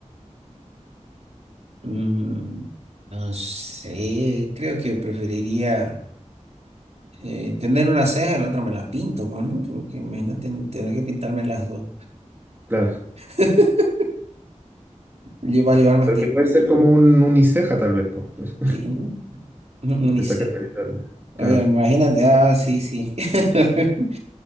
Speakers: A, on the right (about 60°); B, on the right (about 15°).
A: Mm, no sé, creo que preferiría. eh, tener una ceja y la otra me la pinto, pues, ¿no? Porque imagínate tener que pintarme las dos.
B: Claro.
A: <laughs> Lleva a llevar más
B: Porque
A: tiempo,
B: puede ser como un uniceja, tal vez, po. Eso,
A: sí, ¿no? Un- Unisex.
B: Te sacas película.
A: Oye,
B: Claro.
A: imagínate, ah, sí, sí. <laughs>